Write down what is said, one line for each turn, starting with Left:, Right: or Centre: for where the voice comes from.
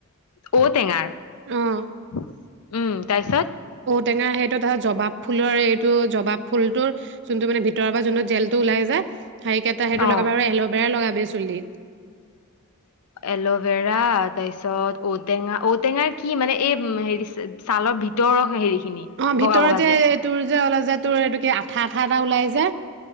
Left: ঔ টেঙাৰ।
Right: অ',
Left: <inaudible> উম। তাৰপিছত
Right: টেঙা সেইটো ধৰ জবাব ফুলৰ এই টো জবাব ফুল টোৰ যোনটো, মানে ভিতৰৰ যোনত জেল টো ওলাই যে, সেই কেইটা সেইটো
Left: অ
Right: লগাবা আৰু এল'ভেৰা লগাবি চুলিত।
Left: এল'ভেৰা তাৰপিছত ঔটেঙা-ঔটেঙাৰ কি মানে এই হেৰি ছালৰ ভিতৰৰ হেৰি খিনি
Right: ভিতৰত
Left: বগা বগা
Right: যে তোৰ যে অলপ যে টোৰ এটো আঠা-আঠা এটা ওলাই যে